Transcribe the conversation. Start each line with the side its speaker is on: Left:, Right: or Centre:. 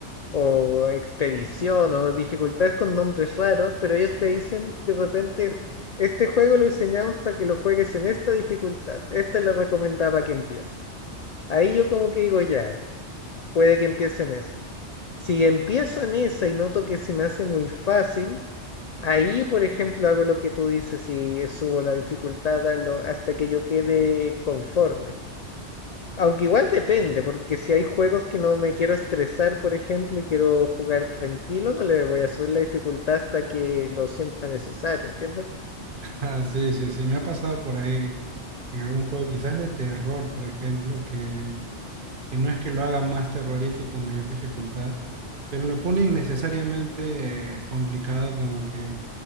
Left: o expedición, o dificultades con nombres raros, pero ellos te dicen de repente, este juego lo diseñamos para que lo juegues en esta dificultad, esta es la recomendada para que empiece. Ahí yo como que digo, ya, puede que empiece en esa. Si empiezo en esa y noto que se me hace muy fácil, Ahí, por ejemplo, hago lo que tú dices y subo la dificultad a lo- hasta que yo quede conforme. Aunque igual depende, porque si hay juegos que no me quiero estresar, por ejemplo, y quiero jugar tranquilo, no le voy a subir la dificultad hasta que lo sienta necesario, ¿entiendes?
Right: Ah, sí, sí, sí, me ha pasado por ahí en algún juego, quizás de terror, por ejemplo, que que no es que lo haga más terrorífico, mayor dificultad, pero lo pone innecesariamente eh, complicado, como que,